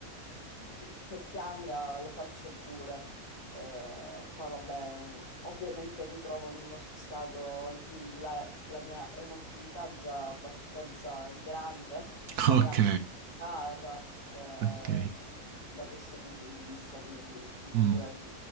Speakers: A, on the left (about 55°); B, on the right (about 80°).
A: che, <laughs> che pianga lo faccio pure. Eh, poi vabbè, mhmm, ovviamente mi trovo in uno stato in cui la, la mia emotività è già abbastanza grande <laughs>
B: ok,
A: e abbassata eh,
B: ok.
A: da questo punto di vista, quindi figurati.
B: Mm.